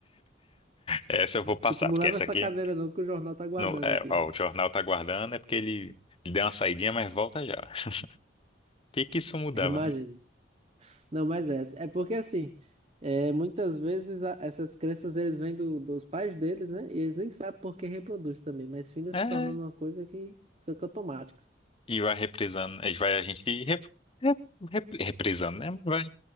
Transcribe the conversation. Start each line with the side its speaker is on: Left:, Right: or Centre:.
Left: Essa eu vou passar,
Right: Tipo, não
Left: porque
Right: leva
Left: essa
Right: essa
Left: aqui.
Right: cadeira não que o jornal tá guardando
Left: No- é,
Right: aqui.
Left: ó, o jornal tá aguardando, é porque ele deu uma saidinha, mas volta já. O que que isso mudava,
Right: Imagino.
Left: né?
Right: Não, mas é. É porque assim, é, muitas vezes a- essas crenças eles vêm do- dos pais deles, né? E eles nem sabem por que reproduz também, mas finda
Left: É,
Right: se tornando uma coisa que fica automática.
Left: e vai reprisando, a gente vai a gente rep, rep, rep- reprisando, né? Vai